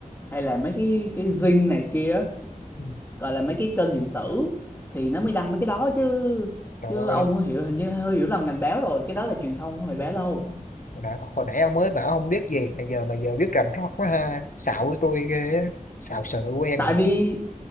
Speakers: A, on the left (about 15°); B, on the left (about 70°).
A: hay là mấy cái cái Zing này kia
B: Ừ,
A: gọi là mấy cái kênh điện tử thì nó mới đăng mấy cái đó chứ
B: trời
A: chứ ông
B: ơi
A: hiểu hình như hơi hiểu lầm ngành báo rồi cái đó là truyền thông không phải báo đâu
B: hồi nãy, hồi nãy ông mới bảo ông biết gì mà giờ mà giờ biết rành rọt quá ha xạo với tôi ghê á xạo sợ quen
A: tại
B: à
A: vì